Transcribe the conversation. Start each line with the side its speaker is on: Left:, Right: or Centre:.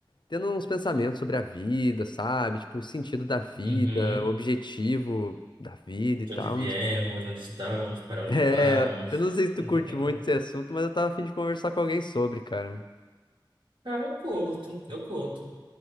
Left: tendo uns pensamentos sobre a vida, sabe? Tipo, o sentido da vida,
Right: Uhum.
Left: o objetivo da vida e
Right: De
Left: tal.
Right: onde viemos,
Left: <laughs>
Right: onde estamos, para onde
Left: É,
Right: vamos?
Left: eu não sei se tu
Right: <laughs>
Left: curte muito esse assunto, mas eu tava a fim de conversar com alguém sobre, cara.
Right: Cara, eu curto, eu curto.